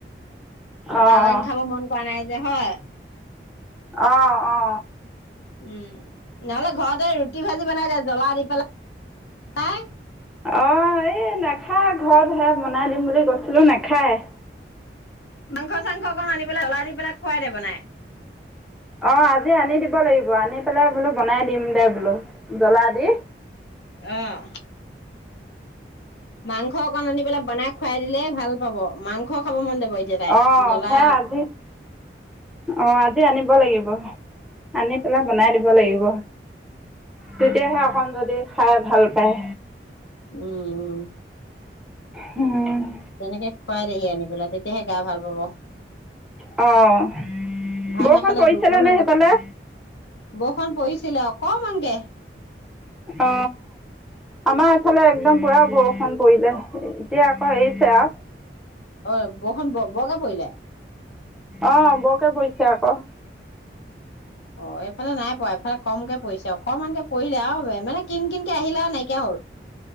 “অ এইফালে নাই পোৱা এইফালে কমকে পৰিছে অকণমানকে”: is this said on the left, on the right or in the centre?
Left